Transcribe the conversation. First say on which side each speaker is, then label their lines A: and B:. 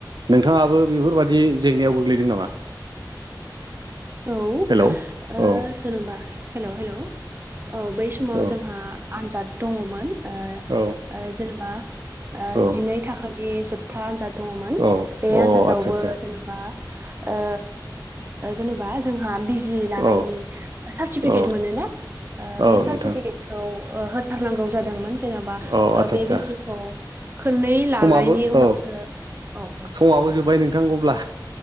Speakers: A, on the right; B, on the right.
A: नोंथाङाबो बेफोरबायदि जेंनायाव गोग्लैदों नामा?
B: औ ओ
A: हेलौ औ
B: जेनेबा हेलौ हेलौ औ बै समाव
A: औ
B: जोंहा आन्जाद दङ'मोन।
A: औ।
B: ओं जेनेबा ओ
A: औ
B: जिनै थाखानि जोब था आनजाद दङमोन
A: औ
B: बे
A: अ
B: आनजादावबो
A: आदसा आदसा
B: जेनेबा ओ जेन'बा जोंहा बिजि लानायनि
A: औ
B: सार्टिफिकेट
A: औ
B: मोनो ना ओं
A: औ
B: बे सार्टिफिकेट
A: नोंथां
B: औ ओ होथारनांगौ जादोंमोन। जेन'बा
A: औ आदसा
B: ओं बे
A: आदसा
B: बिजसिखौ खोननै लानायनि
A: समाबो
B: उनावसो
A: औ
B: औ औ
A: समाबो जोब्बाय नोंथां। अब्ला